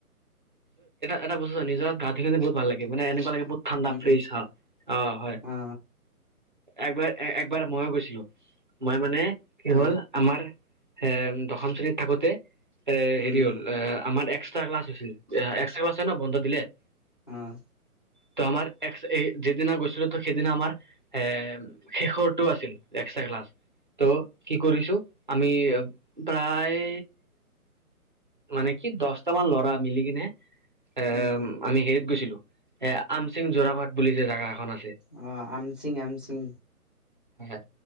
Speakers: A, on the right; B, on the left.
A: এটা বস্তু নিজৰ গাঁঠি বহুত ভাল লাগে মানে এনেকুৱা লাগে বহুত ঠাণ্ডা
B: উম
A: ফ্ৰিজ হয় অ হয়
B: অ
A: একবাৰ একবাৰ মইও গৈছিলো মই মানে কি
B: অ
A: হ'ল আমাৰ এ দশম শ্ৰেণীত থাকোতে এ
B: উম
A: হেৰি হ'ল এ আমাৰ এক্সট্ৰা ক্লাছ হৈছিল এক্ ছেক আছে ন বন্ধ দিলে <unintelligible>
B: আহ
A: ত' আমাৰ এক যিদিনা গৈছিলো তো সেইদিনা আমাৰ এ শেষৰটো আছিল ক্লাছ ত' কি কৰিছো আমি প্ৰায় মানে কি দহটা মান ল'ৰা মিলি কি এ
B: উম
A: আমি হেৰিত গৈছিলো এ আমচিং জোৰাভাট বুলি যে জোগা এখন আছে
B: অ আমচিং আমচিং
A: হয়